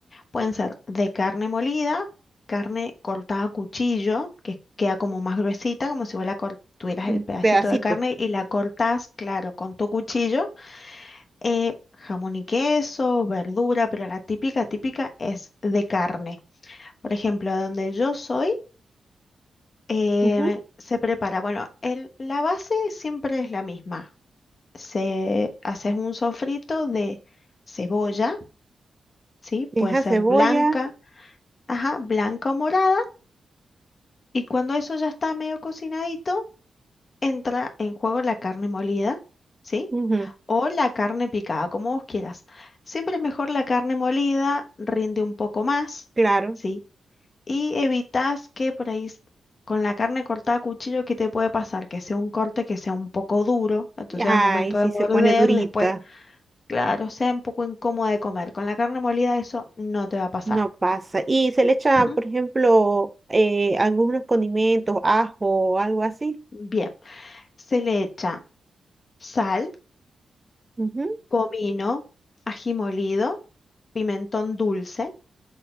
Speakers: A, on the left; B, on the right.
A: Pueden ser de carne molida, carne cortada a cuchillo, que queda como más gruesita, como si vos la cor- tuvieras
B: en
A: el pedacito
B: Pedacitos.
A: de carne y la cortás, claro, con tu cuchillo. Eh, jamón y queso, verdura, pero la típica, típica es de carne. Por ejemplo, donde yo soy, eh,
B: Ujú.
A: se prepara, bueno, el- la base siempre es la misma. Se haces un sofrito de cebolla, ¿sí?
B: Deja
A: Puede ser
B: cebolla,
A: blanca, ajá, blanca o morada, y cuando eso ya está medio cocinadito, entra en juego la carne molida, ¿sí?
B: ujú,
A: O la carne picada, como vos quieras. Siempre es mejor la carne molida, rinde un poco más,
B: claro.
A: ¿sí? y evitas que por ahí s- con la carne cortada a cuchillo, ¿qué te puede pasar? Que sea un corte que sea un poco duro, entonces
B: Ay,
A: al momento
B: sí,
A: de morder,
B: se pone durita.
A: después, claro, sea un poco incómodo de comer. Con la carne molida eso no te va a pasar.
B: No pasa. Y se le echa,
A: Ujú.
B: por ejemplo, eh, algunos condimentos, ajo, algo así.
A: Bien, se le echa sal,
B: Ujú,
A: comino, ají molido, pimentón dulce,